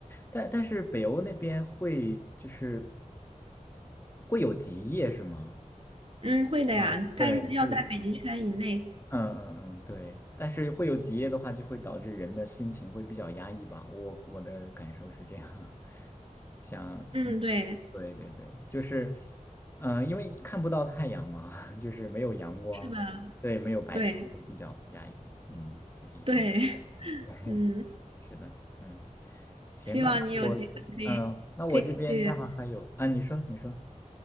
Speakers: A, on the left; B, on the right.
A: 但但是北欧那边会就是会有极夜是吗？
B: 嗯，会的呀，
A: 嗯，
B: 但是要在北极圈以内。
A: 对，会有极夜。嗯嗯嗯，对，但是会有结业的话，就会导致人的心情会比较压抑吧。我我的感受是这样，<laughs> 想，
B: 嗯，
A: 嗯，
B: 对，
A: 对对对，就是，嗯、因为看不到太阳嘛，<laughs> 就是没有阳光，
B: 是的，
A: 对，没有白天会比较压抑。
B: 对
A: 嗯，这是一方面。
B: 对，<laughs>
A: <laughs> 嗯，对，
B: 嗯，
A: <laughs> 是的，嗯，行，
B: 希望你有机会
A: 那我这嗯、那我这边待会儿还有啊，
B: 可以可以去。
A: 你说，你说